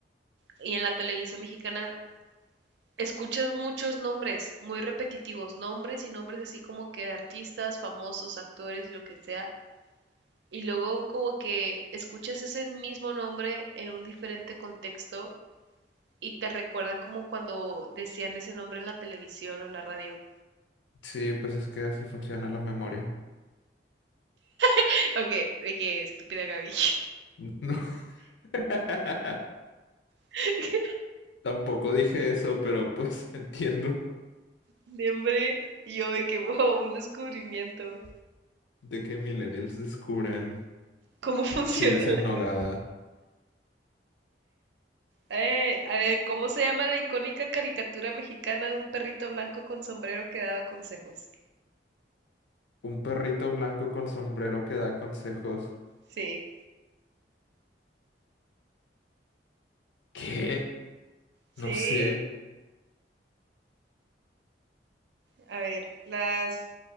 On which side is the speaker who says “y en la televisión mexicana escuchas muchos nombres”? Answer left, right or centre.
Right